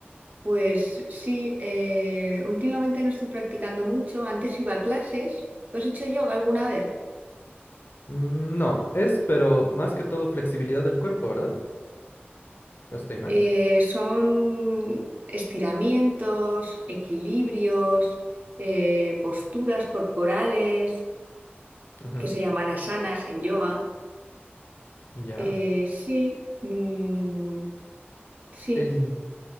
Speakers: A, on the right; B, on the left.
A: pues sí, eh, últimamente no estoy practicando mucho. Antes iba a clases. ¿Tú has hecho yoga alguna vez?
B: Mm, No, es, pero más que todo flexibilidad del cuerpo, ¿verdad? ¿No estoy mal?
A: Eh, son estiramientos, equilibrios, eh, posturas corporales,
B: Ujú,
A: que se llaman asanas en yoga.
B: ya.
A: Eh, sí. mm, Sí,
B: el